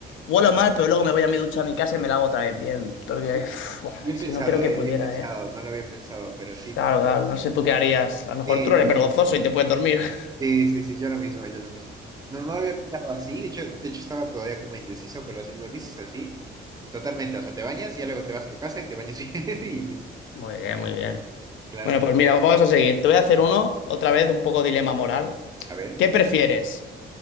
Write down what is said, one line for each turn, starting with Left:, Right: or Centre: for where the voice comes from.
Left: huelo mal, pero luego me voy a mi ducha a mi casa y me lavo otra vez bien. Porque
Right: Uy,
Left: uf, buah,
Right: bien
Left: es
Right: pensado,
Left: que no creo que
Right: eh,
Left: pudiera,
Right: bien pensado,
Left: ¿eh?
Right: no lo había pensado, pero sí,
Left: Claro,
Right: muy bueno,
Left: claro,
Right: muy
Left: no sé
Right: bueno.
Left: tú qué harías. A lo mejor
Right: Sí,
Left: tú no eres
Right: yo lo
Left: vergonzoso
Right: mismo.
Left: y te puedes dormir. <laughs>
Right: Sí, sí, sí, yo lo mismo, yo lo mismo. No, no lo había pensado así, de hecho, de hecho estaba todavía como indeciso, pero si lo dices así, totalmente, o sea, te bañas y ya luego te vas a tu casa y te bañas <laughs> bien y listo.
Left: Muy bien, muy bien.
Right: Claro
Left: Bueno,
Right: que
Left: pues
Right: sí.
Left: mira, vamos a seguir. Te voy a hacer uno, otra vez, un poco dilema moral.
Right: A ver.
Left: ¿Qué prefieres?